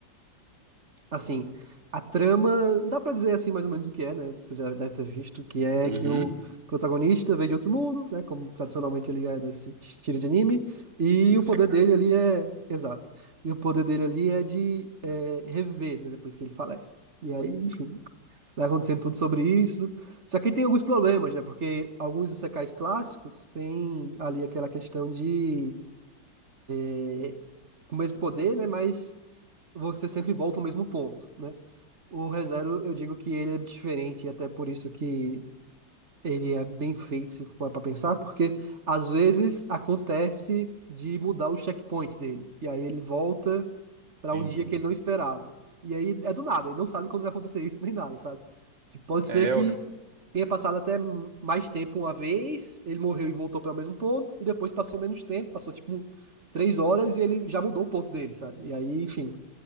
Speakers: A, on the right; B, on the right.
A: Assim, a trama, dá pra dizer assim mais ou menos o que é, né? Você já deve ter visto, que é
B: Uhum.
A: que o protagonista veio de outro mundo, né? Como tradicionalmente ele é desse estilo de anime, e
B: Os
A: o poder
B: secais.
A: dele ali é, exato, e o poder dele ali é de é, reviver, né? Depois que ele falece. E aí, enfim, vai acontecendo tudo sobre isso. Só que tem alguns problemas, né? Porque alguns isekais clássicos têm ali aquela questão de eh, com o mesmo poder, né? Mas você sempre volta ao mesmo ponto, né? O ReZero, eu digo que ele é diferente, e até por isso que ele é bem feito, se for para pensar, porque às vezes acontece de mudar o checkpoint dele. E aí ele volta para
B: Entendi.
A: um dia que ele não esperava. E aí é do nada, ele não sabe quando vai acontecer isso nem nada, sabe? Tipo, pode
B: É,
A: ser que
B: eu-
A: tenha passado até mais tempo uma vez, ele morreu e voltou para o mesmo ponto, e depois passou menos tempo, passou tipo três horas e ele já mudou o ponto dele, sabe? E aí, enfim,